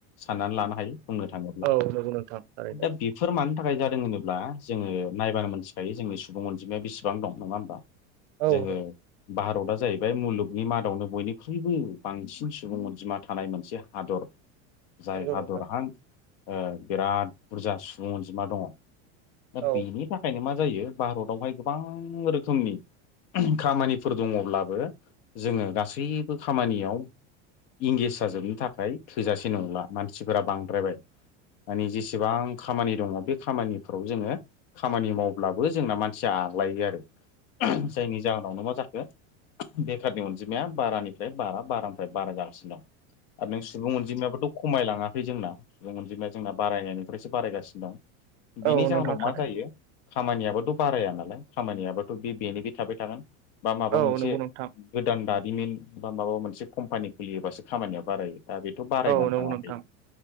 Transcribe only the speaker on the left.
साननानै लानो हायो। बुंनो थाङोब्ला
दा बेफोर मानि थाखाय जादों होनोब्ला जोङो नायबानो मोनथिखायो जोंनि सुबुं अनजिमाया बेसेबां दं नङा होमबा?
जोङो
भारतआ जाहैबाय मुलुगनि मादावनो बयनिख ख्रुइबो बांसिन सुबुं अनजिमा थानाय मोनसे हादर जाय
हादरहां
ओ बिराद बुरजा सुबुं अनजिमा दङ। दा
बेनि
थाखायनो मा जायो भारतावहाय गोबां रोखोमनि खामानिफोर दङब्लाबो जोङो गासैबो खामानियाव इंगेज जाजोबनो थाखाय थोजासे नंला मानसिफोरा बांद्रायबाय माने जेसेबां खामानि दङ बे खामानिफ्राव जोङो खामानि मावब्लाबो जोंना मानसिया आग्लायो आरो। जायनि जाहोनावनो मा जाखो बेखारनि अनजिमाया बारानि फ्राय बारा बारानिफ्राय बारा जागासिनो दं आरो नों सुबुं अनजिमायाबोथ' खमायलाङाखै जोंना सुबुं अनजिमाना जोंना बारायनायनिफ्रायसो बारायगासिनो दं बिनि
जाहोनाव
मा जायो खामानियाबाथ' बाराया नालाय खामानियाबाथ' बेनि बे थाबाय थागोन। बा माबा
मोनसे
गोदान दारिमिन बा माबा मोनसे कम्पानि खुलियोबासो खामानिया बारायो। दा बेथ' बारायनानै
थाङाखै